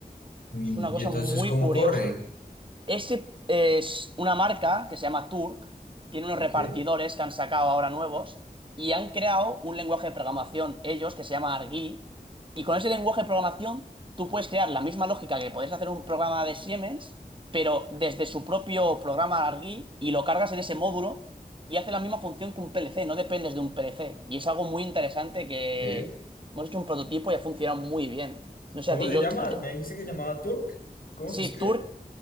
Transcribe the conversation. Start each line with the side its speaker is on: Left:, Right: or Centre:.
Left: Mm,
Right: Es una cosa
Left: Y entonces,
Right: muy
Left: ¿cómo
Right: curiosa.
Left: corre?
Right: Este es una marca que se llama Turk, tiene unos
Left: Ok.
Right: repartidores que han sacado ahora nuevos y han creado un lenguaje de programación ellos que se llama Argui. Y con ese lenguaje de programación tú puedes crear la misma lógica que podés hacer un programa de Siemens, pero desde su propio programa Argui y lo cargas en ese módulo y hace la misma función que un PLC, no dependes de un PLC. Y es algo muy interesante que
Left: ¿Qué?
Right: hemos hecho un prototipo y ha funcionado muy bien. No
Left: ¿Cómo
Right: sé, a ti,
Left: se
Right: yo,
Left: llama?
Right: yo-
Left: Me dijiste que llamaba Turk. ¿Cómo
Right: Sí,
Left: se escribe?
Right: Turk,